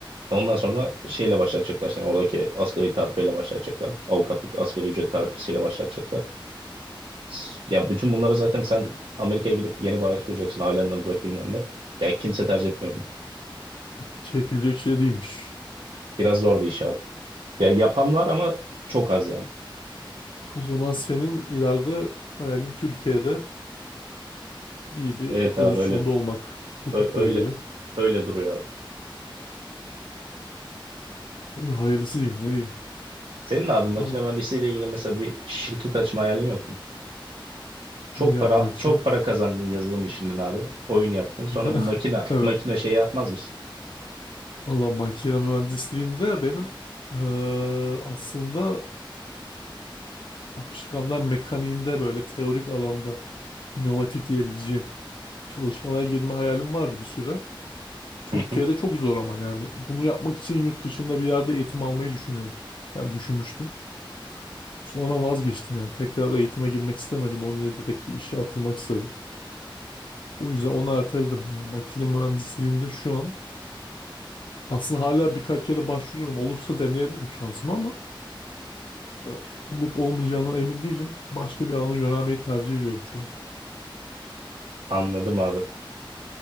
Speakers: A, on the right; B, on the left.
A: E Ondan sonra şeyle başlatacaklar seni oradaki asgari tarifeyle başlatacaklar. Avukatlık asgari ücret tarifesiyle başlatacaklar. S- Ya bütün bunlara zaten sen Amerika'ya gidip yeni bir hayat kuracaksın ailenden uzak bilmem ne. Ya kimse tercih etmiyor bunu.
B: Çekilecek şey değilmiş.
A: Biraz zor bir iş abi. Ya yapan var ama çok az yani.
B: O zaman senin ileride hayalin Türkiye'de iyi bir
A: Evet
B: pozisyonda
A: abi öyle
B: olmak. Hukukla
A: ö- öyle
B: ilgili.
A: öyle duruyor abi.
B: İyi, hayırlısı diyeyim ne diyeyim.
A: Senin abi makine
B: Allah,
A: mühendisliğiyle ilgili mesela bir şirket açma hayalin yok mu? Çok
B: abi ya
A: para
B: maki.
A: çok para kazandın yazılım işinden abi. Oyun yaptın. Sonra
B: <laughs>
A: bir makine
B: Evet.
A: makine şey yapmaz mısın?
B: Allah makine mühendisliğinde benim eee, aslında akışkanlar mekaniğinde böyle teorik alanda inovatif diyebileceğim çalışmalara girme hayalim vardı bir süre. Türkiye'de
A: Hı hı.
B: çok zor ama yani bunu yapmak için yurt dışında bir yerde eğitim almayı düşünüyordum. Yani düşünmüştüm. Sonra vazgeçtim yani tekrar eğitime girmek istemedim. Onun yerine direkt bir işe atılmak istedim. O yüzden onu erteledim. Yani makine mühendisliğinde şu an aslında hala birkaç yere başvuruyorum. Olursa deneyebilirim şansımı ama e, olup olmayacağına emin değilim. Başka bir alana yönelmeyi tercih ediyorum şu an.
A: Anladım abi.